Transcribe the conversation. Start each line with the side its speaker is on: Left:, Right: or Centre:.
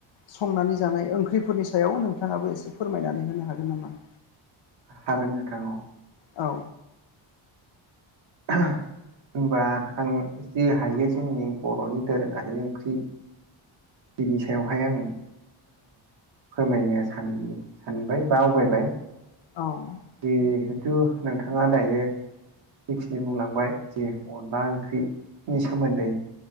Left: संनानै जानाय ओंख्रिफोरनि सायाव नोंथाङाबो एसे फोरमायनानै होनो हागोन नामा?
Right: हागोन नोंथां औ
Left: औ
Right: <inaudible> होमबा आं जि हायो जोंनि बर'नि दोरोङारि ओंख्रि बिनि सायावहाय आङो फोरमायनोन सानबाय बा आवगायबाय
Left: औ
Right: जिहेथु नोंथाङा दायो जिखिनि बुंलांबाय जे अनला ओंख्रिनि सोमोन्दै